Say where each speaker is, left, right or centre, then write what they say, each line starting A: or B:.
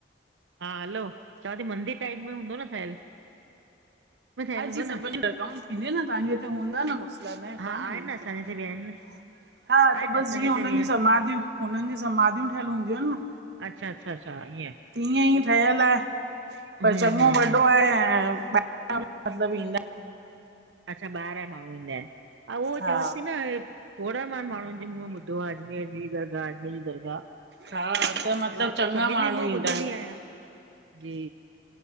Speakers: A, on the right; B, on the right.
A: हा हलो, चां थी मंदीर टाइप में हूंदो न ठहियल। में ठहियल
B: हा
A: हूंदो
B: जी सभी
A: न
B: थींदी न तव्हांजे हि हूंदा न न
A: हा
B: काननि,
A: आहे
B: बिल्कुलु
A: न असांजे हिते बि आहिनि
B: हा
A: आहिनि
B: त बसि
A: असांजे
B: जीअं
A: हिते
B: हुननि
A: बि आहिनि
B: जी समाधियूं हुननि जी समाधियूं ठहियलु हूंदियूं आहिनि न,
A: अच्छा अच्छा अच्छा ईअं
B: तीअं ई ठहियलु आहे। पर
A: हम्म
B: चङो
A: हम्म
B: वॾो
A: हम्म
B: आहेॿहिर मतबु ईंदा इन।
A: अच्छा ॿाहिरां माण्हू ईंदा आहिनि ऐं उहो
B: हा
A: चवंद थी न थोड़ा मान माण्हुनि जे मुहं ॿुधो आहे अजमेर अजमी दराह अजमेर जी दरगाह
B: हा त मतिलबु
A: मां
B: चङा
A: सभिननि
B: माण्हू
A: जे मुंह मां
B: ईंदा
A: ॿुधंदी
B: आहिनि
A: आहियां जी।